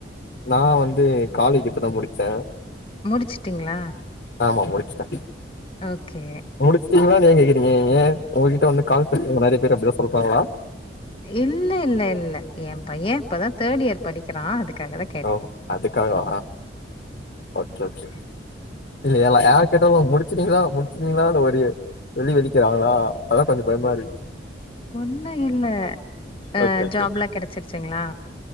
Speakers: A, on the left; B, on the left.
A: நா வந்து காலேஜ் இப்பதா முடிச்சே
B: முடிச்சுட்டிங்களா
A: ஆமா முடிச்சுட்டே
B: ஓகே
A: முடிச்சிட்டீங்களானு ஏ கேக்குறீங்க ஏ உங்ககிட்ட வந்து கால் பேசுற நெறைய பேர் அப்புடிதா சொல்றாங்களா
B: இல்ல இல்ல இல்ல எ பைய இப்பதா தேர்ட் இயர் படிக்கிறா அதுக்காக தா
A: ஓ அதுக்காவா ஓ கே ஓகே இல்ல எல்லா யார கேட்டாலு முடிச்சுட்டீங்களா முடிச்சுட்டீங்களானு ஒரு வெடி வெடிக்கிறாங்களா அதா கொஞ்ச பயமா இருன்சு
B: ஒன்னு இல்ல அ
A: ஓகே ஓகே
B: ஜாப்ல்லா கெடச்சிருச்சிங்களா